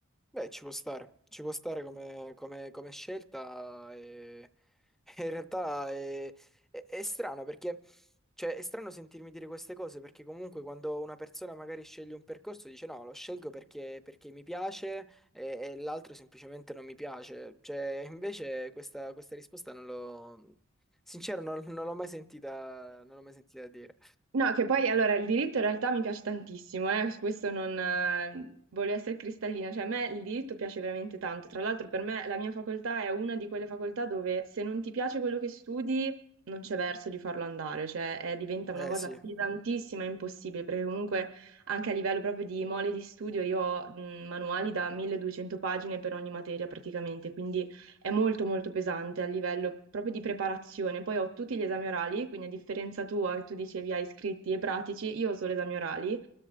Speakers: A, in the centre; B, on the right (about 70°).
A: Beh, ci può stare, ci può stare come, come- come scelta e, <laughs> e in realtà è, è- è strano perché, cioè, è strano sentirmi dire queste cose perché comunque quando una persona magari sceglie un percorso dice no, lo scelgo perché, perché mi piace e, e l'altro semplicemente non mi piace, cioè, <laughs> invece questa, questa risposta non l'ho, sincero, non, non l'ho mai sentita, non l'ho mai sentita dire.
B: No, che poi allora il diritto in realtà mi piace tantissimo, eh, su questo non eh, voglio essere cristallina, cioè a me il diritto piace veramente tanto. Tra l'altro per me la mia facoltà è una di quelle facoltà dove se non ti piace quello che studi non c'è verso di farlo andare, cioè è- diventa una
A: Eh
B: cosa
A: sì.
B: pesantissima e impossibile, perché comunque anche a livello proprio di mole di studio io ho mh, manuali da 1200 pagine per ogni materia praticamente, quindi è molto molto pesante a livello proprio di preparazione. Poi ho tutti gli esami orali, quindi a differenza tua, che tu dicevi hai scritti e pratici, io ho solo esami orali